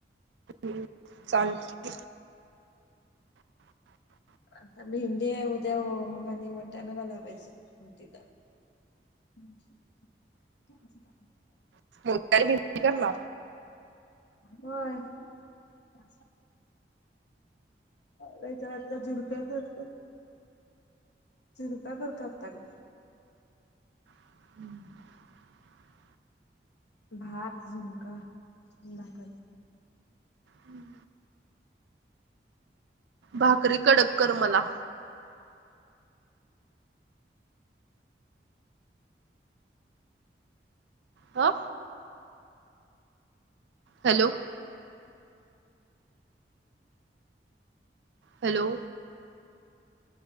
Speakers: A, on the right; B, on the left.
A: हम्म चालतय. <inaudible>
B: आता मेहंदी हाय उद्या मंग आणि वटानं घालाय पाहिजेत इथं. <unintelligible>
A: <unintelligible> भिंडी करणार?
B: होय आ. नाहीतर आत्ता झुरप्या करत्यात झुरप्या करता आता ग.
A: हम्म.
B: भात झूणका आणि भाकरी.
A: हम्म. भाकरी कडक कर मला. हा. Hello hello.